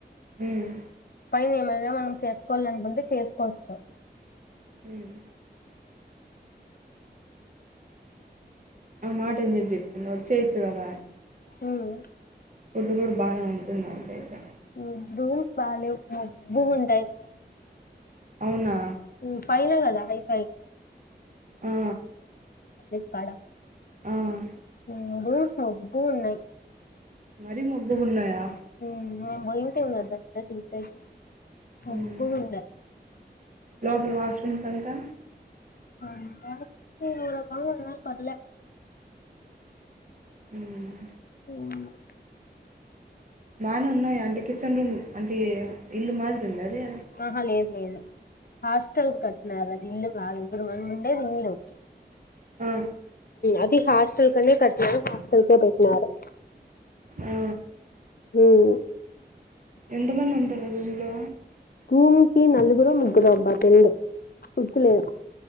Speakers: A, on the right; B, on the left.
A: హ్మ్
B: పైన ఏమైనా మనం చేసుకోవాలనుకుంటే చేసుకోవచ్చు
A: హ్మ్ ఆ మాట ఎందుకు చెప్ వచ్చేయొచ్చు గద
B: హ్మ్
A: ఫుడ్ కూడా బానే ఉంటుంది నాకైతే
B: ఫుడ్డు భలే మబ్బుగుంటాయి
A: అవునా
B: హ్మ్ పైన కదా వైఫై
A: ఆ
B: కడ
A: ఆ
B: ఆడు మబ్బు ఉన్నాయ్
A: మరి మబ్బుగున్నాయా
B: హ్మ్ మేము బోయి ఉంటిమి గద <unintelligible> మబ్బు
A: ఉమ్
B: గుండె
A: లోపల వాష్రూమ్స్ అంతా
B: <unintelligible> పర్లే
A: హ్మ్
B: <unintelligible>
A: బానే ఉన్నాయి అంటే కిచెన్ రూమ్ అంటే ఇల్లు మాదిరి ఉం లాదే
B: ఆహా లేదు లేదు హాస్టెల్ కట్నర ఇల్లు కాదు మనం ఎపుడు ఉండేది ఇల్లు
A: ఆ
B: అది హాస్టల్ కనే కట్నా హాస్టల్ కె పెట్టినారు
A: ఆ
B: ఉమ్
A: ఎంతమంది ఉంటారు రూమ్లో
B: భూమ్కి నలుగురు ముగ్గురు అబ్బా తెలిదు గుర్తులేదు